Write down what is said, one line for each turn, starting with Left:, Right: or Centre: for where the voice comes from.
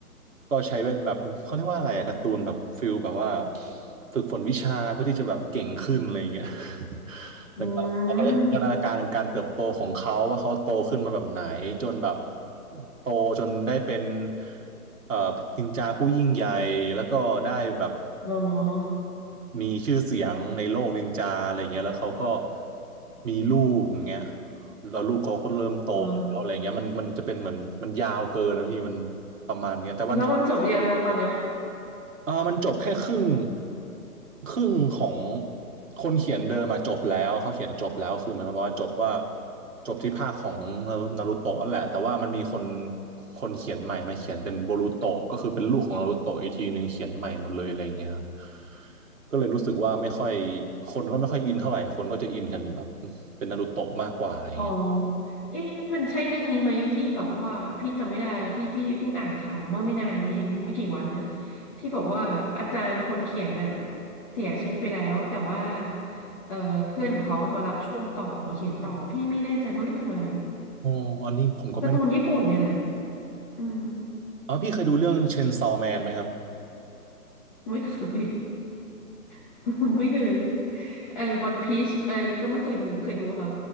Right: ก็ใช้แบบเขาเรียกว่าอะไรอะการ์ตูนแบบฟิลแบบว่าฝึกฝนวิชาเพื่อที่จะแบบเก่งขึ้นอะไรอย่างเงี้ย <laughs> แล้วก็เขาก็ได้พัฒนาการการเติบโตของเขาว่าเขาโตขึ้นมาแบบไหนจนแบบ
Left: อืม
Right: โตจนได้เป็นเอ่อนินจาผู้ยิ่งใหญ่แล้วก็ได้แบบ
Left: อ๋อ
Right: มีชื่อเสียงในโลกนินจาอะไรอย่างเงี้ยแล้วเขาก็มีลูกอย่างเงี้ยแล้วลูกเขาก็เริ่มโตแล้วอะไรอย่างเงี้ยมันมันจะเป็นเหมือนมันยาวเกินนะพี่มัน
Left: เออ
Right: ประมาณเงี้ยแต่วัน
Left: แล้วมันจบยังอะตอนเนี้ย
Right: เออมันจบแค่ครึ่งครึ่งของคนเขียนเดิมอะจบแล้วเขาเขียนจบแล้วคือหมันประมาณว่าจบว่าจบที่ภาคของนารูโตะนั่นแหละแต่ว่ามันมีคนคนเขียนใหม่มาเขียนเป็นโบรูโตะก็คือเป็นลูกของนารูโตะอีกทีหนึ่งเขียนใหม่หมดเลยอะไรอย่างเงี้ยครับก็เลยรู้สึกว่าไม่ค่อยคนก็ไม่ค่อยอินเท่าไหร่คนก็จะอินกันแบบเป็นนารูโตะมากกว่าอะไรอย่างเงี้ย
Left: อ๋อเอ๊ะมันใช่เรื่องนี้ไหมที่แบบว่าพี่จำไม่ได้ที่พี่เพิ่งอ่านข่าวเมื่อไม่นานนี้เองไม่กี่วันเนี่ยที่บอกว่าอาจารย์คนเขียนน่ะเสียชีวิตไปแล้วแต่ว่าเอ่อเพื่อนของเขามารับช่วงต่อมาเขียนต่อพี่ไม่แน่ใจว่าเรื่องอะไร
Right: อ๋ออันนี้ผมก็ไม่
Left: การ์ตูนญี่ปุ่นเนี่ยแหละอืม
Right: อ๋อพี่เคยดูเรื่องเชนซอว์แมนไหมครับ
Left: ไม่เคย <laughs> ไม่เคยไอ้วันพีชไอ้ก็ไม่เคยดูเคยดูปะค่ะ